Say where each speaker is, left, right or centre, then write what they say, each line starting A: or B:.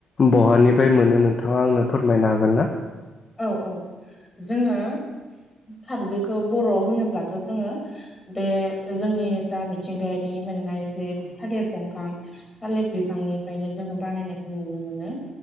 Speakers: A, on the left; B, on the left.
A: बहानिफ्राय मोनो नोंथां नोंथाङा आंनो फोरमायनो हागोन ना
B: औ औ जोङो खारदैखौ बर' होनोब्लाथ' जोङो बे जोंनि जा मिथिंगायारि मोननाय जे थालिर दंफां थालिर बिफांनिफ्रायनो जोङो बानायनायखौ नुनो मोनो